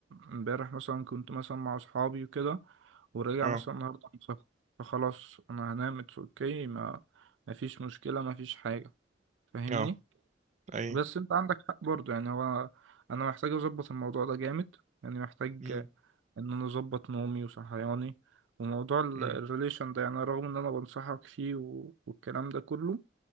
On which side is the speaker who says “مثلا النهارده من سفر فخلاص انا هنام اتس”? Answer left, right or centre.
Right